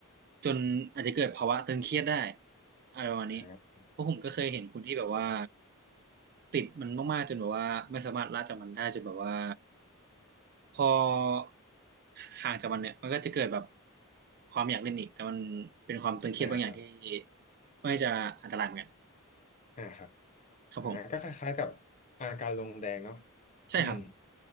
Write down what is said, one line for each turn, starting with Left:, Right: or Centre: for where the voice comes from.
Right: จนอาจจะเกิดภาวะตึงเครียดได้อะไรประมาณนี้
Left: อ่า
Right: เพราะผมก็เคยเห็นคนที่แบบว่าติดมันมากๆจนแบบว่าไม่สามารถละจากมันได้จนแบบว่าพอห่างจากมันเนี่ยมันก็จะเกิดแบบความอยากเล่นอีกแต่มันเป็นความตึงเครียดบางอย่างที่
Left: อ่าครับ
Right: ไม่จะอันตรายเหมือนกัน
Left: อ่าครับ
Right: ครับผม
Left: อ่าก็คล้ายๆกับอาการลงแดงเนาะ
Right: ใช่ครับ
Left: อืม